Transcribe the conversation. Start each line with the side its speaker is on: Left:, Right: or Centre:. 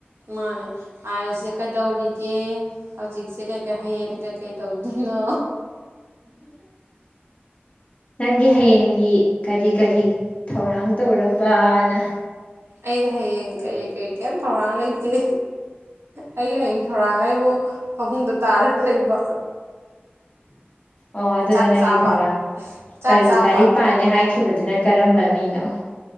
Right: ꯃꯥꯅꯦ ꯑꯁꯦ ꯀꯩꯗꯧꯔꯤꯒꯦ ꯍꯧꯖꯤꯛꯁꯦ ꯀꯩꯀꯩ ꯍꯌꯦꯡ ꯀꯩꯀꯩ ꯇꯧꯗꯣꯏꯅꯣ
Left: ꯅꯪꯒꯤ ꯍꯌꯦꯡꯒꯤ ꯀꯔꯤ ꯀꯔꯤ ꯊꯧꯔꯥꯡ ꯇꯧꯔꯕꯅ
Right: ꯑꯩꯗꯤ ꯍꯌꯦꯡ ꯀꯔꯤ ꯀꯔꯤ ꯀꯔꯤꯝ ꯊꯧꯔꯥꯡ ꯂꯩꯇꯦ ꯑꯩꯒꯤ ꯍꯌꯦꯡ ꯊꯧꯔꯥꯡꯈ ꯑꯩꯕꯨ ꯐꯃꯨꯡꯗ ꯇꯥꯔꯒ ꯂꯩꯕ
Left: ꯑꯣ ꯑꯗꯨꯅ
Right: ꯆꯥꯛ
Left: ꯅꯪꯒꯤ
Right: ꯆꯥꯕ
Left: ꯊꯧꯔꯥꯡ
Right: ꯆꯥꯛ
Left: ꯀꯔꯤ
Right: ꯆꯥꯕ
Left: ꯂꯥꯏꯔꯤꯛ ꯄꯥꯅꯤ ꯍꯥꯏ ꯆꯈꯤꯕꯗꯨꯅ ꯀꯔꯝꯕ ꯃꯤꯅꯣ